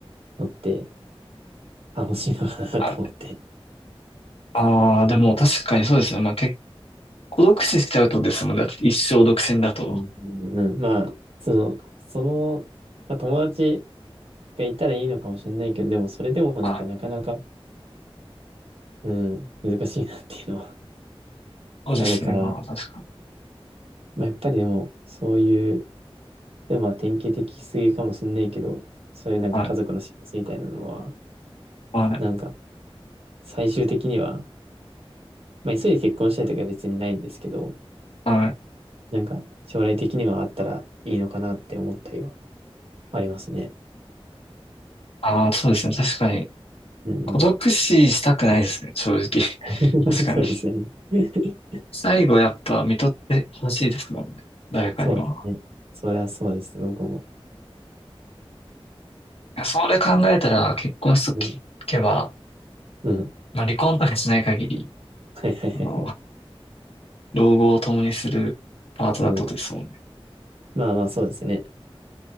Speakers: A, on the right; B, on the left.
A: のって楽しいのかなと思って。
B: はい。ああ、でも確かにそうですね。まあ結構独死しちゃうとですもんね。だって一生独占だと。
A: うん、うんうんまあ、その、その、まあ友達がいたらいいのかもしれないけど、でもそれでもなんかなかなか、
B: はい。
A: うん、難しいなっていうのは
B: そうですね。
A: あるから、
B: まあ確かに。
A: まあ、やっぱりでも、そういう、で、まあ、典型的すぎかもしんないけど、そういうなんか家族の幸せみたいなのは、
B: はい、はい、
A: なんか、最終的には、まあ、急いで結婚したいとかは別にないんですけど、
B: はい。
A: なんか、将来的にはあったらいいのかなって思ったりはありますね。
B: ああ、そうですね。確かに。
A: うんうん。
B: 孤独死したくないですね。正直。
A: <laughs>
B: <laughs> 確かに。
A: そうですね。<laughs>
B: 最後やっぱ看取ってほしいですもんね。誰かには。
A: そうですね。そりゃそうですね。僕も。
B: いやそれ考えたら結婚しとけば、
A: うん。うん
B: まあ離婚とかしない限り、
A: <laughs> はいはいはいはい。
B: あの、老後を共にするパートナーとですもんね
A: うん。まあまあ、そうですね。